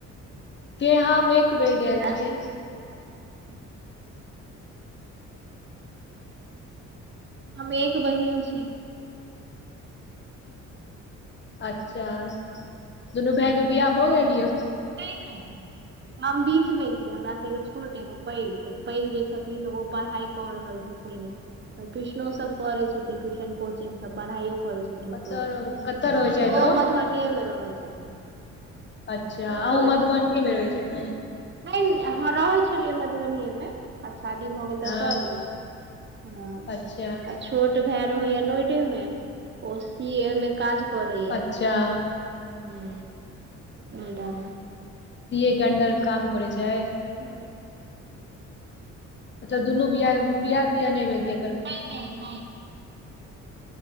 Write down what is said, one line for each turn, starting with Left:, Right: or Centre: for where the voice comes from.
Left: के हम एक बेर गेल
Right: ऐं
Left: छियै।
Right: <inaudible> हम एक बहिन छी।
Left: अच्छा दुनू भाईके बिहाह भऽ गेलया?
Right: नहि नहि हम बीच मे छीयै हमरा स एगो छोट एगो पैघ, पैघ जे छथिन ओ पढ़ाई कऽ रहल छथिन। ट्यूशनो सब करै छथिन ट्यूशन कोचिंग सब पढ़ाइयो करै छथिन
Left: कतऽ
Right: खुद
Left: कतऽ रहै छथि
Right: ओ मधुबनीएमे रहै छथिन।
Left: अच्छा
Right: छोट
Left: अहू मधुबनीयेमे
Right: छोट
Left: रहै छियै अखन?
Right: नहि हाँ रहै छलियै मधुबनिएमे आब शादी भऽ गेल
Left: हँ
Right: तऽ एतय आयब गेलहुँ। हँ
Left: अच्छा
Right: आ छोट भाय रहैया नोइडे मे। ओ सी ए मे काज करैया
Left: अच्छा
Right: हू। नोएडा में।
Left: सी ए के अंडर काम करै छैय?
Right: हू
Left: अच्छा दुनू बिया बिआ तिया नहि भेलया?
Right: नहि नहि